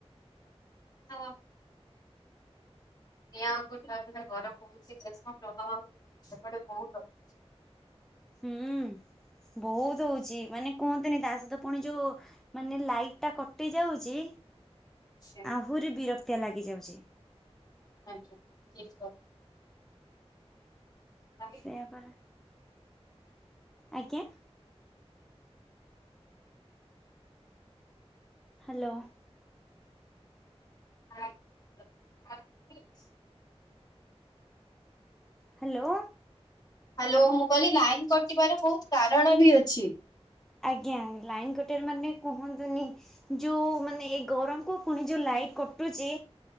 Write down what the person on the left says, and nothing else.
କଥା ଆଉ ନିଆଁ ଉପୁରୁ ତା ସହିତ ଘର ବୋହୁଛି ଦେଶପ୍ରବାହ ସେପଟେ ବହୁତ ଅଛି।
ଅଛି
ଆଜ୍ଞା। <inaudible>
<inaudible>
ହ୍ୟାଲୋ ମୁଁ କହିଲି ଲାଇନ୍ କଟିବାର ବହୁତ କାରଣ ବି ଅଛି।